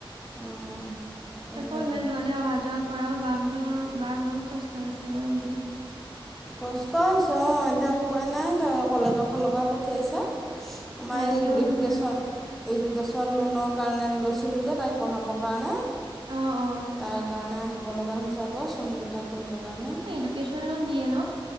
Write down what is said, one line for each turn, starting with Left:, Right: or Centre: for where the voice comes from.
Centre: অঁ তাকে
Right: আকৌ ইমান দূৰলৈ অহা যোৱা কৰাও, বাহঁতৰ বাৰ বহুত কষ্ট হৈছে ন এইকেইদিন?
Centre: কষ্ট হৈছে অ' এতিয়া উপায় নাই ধৰা কলেজৰ ফালৰ পৰা পঠিয়াইছে। মাইল
Right: নাহিলেও
Centre: ইডুকেশ্যন
Right: নহয়
Centre: এডুকেশ্যন লোনৰ কাৰণে লৈছিলোঁ যে তাই পঢ়াবৰ কাৰণে।
Right: অ অ
Centre: তাৰ কাৰণে আহিব লগা হৈছে আকৌ, চহী এটা কৰিব কাৰণে
Right: এডুকেশ্যন লোন দিয়ে ন!